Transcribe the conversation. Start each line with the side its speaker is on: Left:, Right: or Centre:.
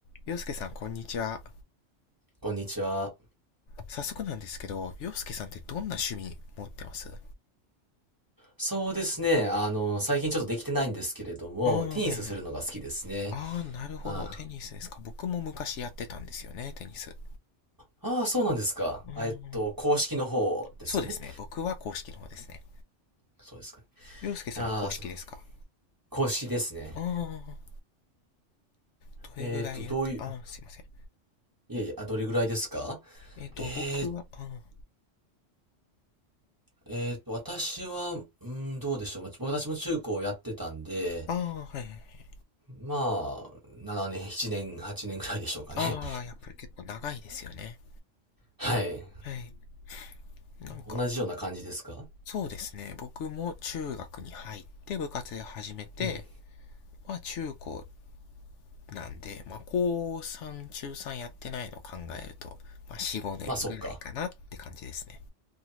Left: 洋介さん、こんにちは。
Right: こんにちは。
Left: 早速なんですけど、洋介さんってどんな趣味持ってます
Right: そうですね。あの、最近ちょっとできてないんですけれども、
Left: ああ、
Right: テニスするのが好きですね。
Left: はいはい。ああ、なるほど。
Right: あ、
Left: テニスですか。僕も昔やってたんですよね、テニス。
Right: ああ、そうなんですか。
Left: うん。
Right: あえっと、公式の方ですよね。
Left: そうですね。僕は公式の方ですね。
Right: そうですかね。
Left: 洋介さんも公式ですか
Right: いやー、そ公式ですね。
Left: ああ、どれぐらいやって、
Right: えーっと、どういう、
Left: ああ、すいません。
Right: いえいえ、あ、どれぐらいですか
Left: えっ、と、
Right: えー、
Left: 僕は、あ
Right: えーっと、私は、うーん、どうでしょう。まあ僕たちも中高をやってたんで、
Left: あ、ああ、はいはい。
Right: まあ、7年、7年、8年ぐらいでしょうかね。
Left: ああ、やっぱり結構長いですよね。
Right: はい。
Left: はい。なんか、
Right: 同じような感じですか
Left: そうですね。僕も中学に入って部活で始めて、
Right: うん。
Left: まあ中高なんで、まあ、高3、中3やってないのを考えると、まあ、4、5年ぐらいかなって感じですね。
Right: まあ、そっか。